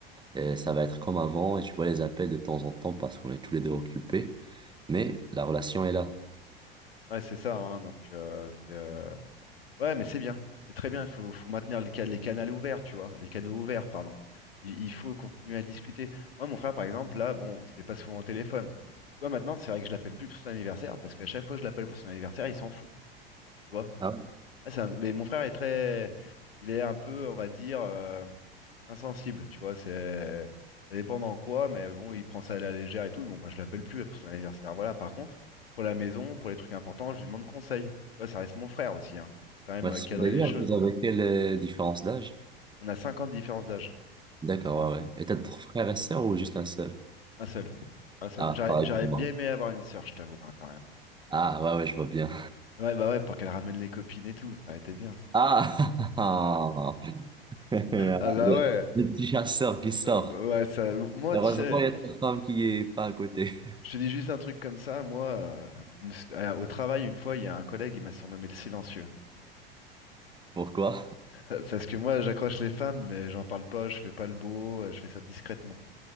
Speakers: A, on the right (about 15°); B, on the left (about 75°).
A: euh, ça va être comme avant, et tu vois les appels de temps en temps parce qu'on est tous les deux occupés, mais la relation est là.
B: ouais, c'est ça. hein, donc, euh, c'est, euh, Ouais, mais c'est bien. C'est très bien. Il faut, faut maintenir les, ca- les canaux ouverts, tu vois. Les canaux ouverts, pardon. Il, il faut continuer à discuter. Moi, mon frère, par exemple, là, bon, c'est pas souvent au téléphone. Tu vois, maintenant, c'est vrai que je l'appelle plus pour son anniversaire parce qu'à chaque fois que je l'appelle pour son anniversaire, il s'en fout. Tu vois.
A: Ah ouais.
B: Ah, c'est un- Mais mon frère est très, il est un peu, on va dire, euh, insensible, tu vois. C'est, ça dépend dans quoi, mais bon, il prend ça à la légère et tout. Donc, bah, je l'appelle plus pour son anniversaire. Voilà. Par contre, pour la maison, pour les trucs importants, je lui demande conseil. Tu vois, ça reste mon frère aussi, hein. Faut quand même
A: Ouais,
B: euh,
A: c'est-
B: cadrer
A: d'ailleurs,
B: les choses.
A: vous avez quelle euh, différence d'âge?
B: On a 5 ans de différence d'âge.
A: D'accord, ouais, ouais. Et t'as d'autres frères et sœurs ou juste un seul?
B: Un seul, un seul.
A: Ah,
B: J'aurais
A: pareil
B: j'aurais
A: pour moi.
B: bien aimé avoir une sœur, je t'avoue, hein, quand même.
A: Ah, ouais, ouais, je vois bien.
B: Ouais, bah ouais, pour qu'elle ramène les copines et tout, ça aurait été bien. ça.
A: Ah, <laughs> <laughs> Le,
B: Ah bah ouais,
A: le petit chasseur qui sort.
B: Euh, ouais, ça, moi,
A: Heureusement,
B: tu sais.
A: il y a ta femme qui est pas à côté.
B: Je te dis juste un truc comme ça, moi, euh, on me s- euh, au travail, une fois, il y a un collègue, il m'a surnommé le silencieux. <laughs>
A: <laughs> Pourquoi?
B: Euh, Parce que moi, j'accroche les femmes, mais j'en parle pas, je fais pas le beau, euh, je fais ça discrètement.